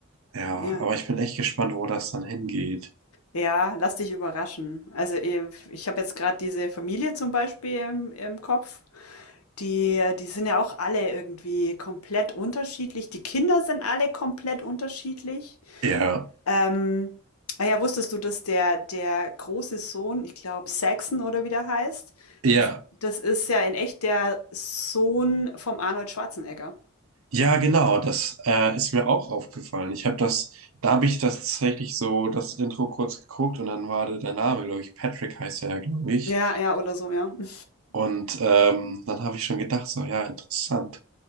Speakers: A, on the right; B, on the left.
A: ja,
B: Ja.
A: aber ich bin echt gespannt, wo das dann hingeht.
B: Ja, lass dich überraschen. Also, äh, ich habe jetzt gerade diese Familie zum Beispiel im im Kopf. Die die sind ja auch alle irgendwie komplett unterschiedlich. Die Kinder sind alle komplett unterschiedlich.
A: Ja,
B: Ähm, ah ja, wusstest du, dass der, der große Sohn, ich glaube Saxon oder wie der heißt,
A: ja.
B: das, das ist ja in echt der Sohn vom Arnold Schwarzenegger.
A: Ja, genau, das äh, ist mir auch aufgefallen. Ich habe das, da habe ich das tatsächlich so das Intro kurz geguckt und dann war da der Name, glaube ich, Patrick heißt er, glaube ich.
B: Ja, ja, oder so, ja. <laughs>
A: Und ähm, dann habe ich schon gedacht, so, ja, interessant.